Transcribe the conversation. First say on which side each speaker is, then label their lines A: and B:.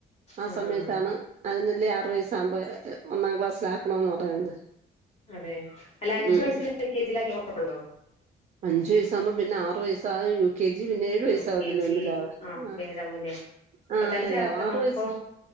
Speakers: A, on the right (about 45°); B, on the left (about 40°).
A: ആ
B: ആഹ്
A: സമയത്താണ് അതിനല്ലേ ആറു വയസാവുമ്പോ എ എ ഒന്നാം ക്ലാസ്സിലാക്കണന്ന് പറയുന്നത്.
B: അതെ അല്ല അഞ്ച്
A: ഉം
B: വയസ്സിൽ എൽ കെ ജിയിലാക്കിയ കൊഴപ്പണ്ടോ?
A: അഞ്ച് വയസ്സാകുമ്പോ പിന്നെ ആറ് വയസ്സായ യു കെ ജി പിന്നെ ഏഴ്
B: യു
A: വയസാവത്തില്ലേ
B: കെ ജി
A: ഒന്നിലാവ്
B: ആഹ് ഇപ്പ
A: ആ
B: ഏഴാവൂലേ ഇപ്പ
A: ആ <unintelligible>
B: തന്നെ ചേർത്തണം
A: ആറു
B: അപ്പൊ
A: വയസ്സ്